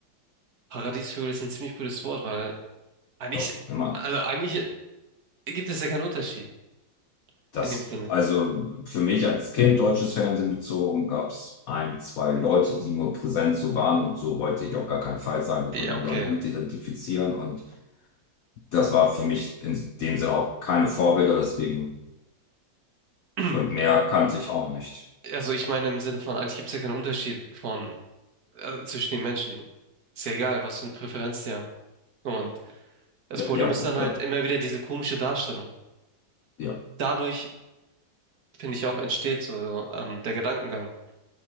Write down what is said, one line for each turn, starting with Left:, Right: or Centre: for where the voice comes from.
Right: Paradiesvögel ist ein ziemlich gutes Wort, weil eigentlich,
Left: Doch, immer.
Right: also eigentlich gibt es ja keinen Unterschied
Left: Das,
Right: in dem Sinne.
Left: also für mich als Kind deutsches Fernsehen bezogen, gab es ein, zwei Leute, die nur präsent so waren und so wollte ich auf gar keinen Fall sein. Da
Right: Ja,
Left: konnte ich
Right: okay.
Left: mich auch nicht mit identifizieren und das war für mich in dem Sinne auch keine Vorbilder, deswegen
Right: <clears throat>
Left: und mehr kannte ich auch nicht.
Right: Also ich meine im Sinne von, eigentlich gibt es ja keinen Unterschied von äh, zwischen den Menschen. Ist ja egal, was für eine Präferenz die haben. Und das
Left: D-
Right: Problem
Left: Ja,
Right: ist
Left: gut,
Right: dann
Left: klar.
Right: halt immer wieder diese komische Darstellung.
Left: Ja,
Right: Dadurch, finde ich, auch entsteht so ähm, der Gedankengang,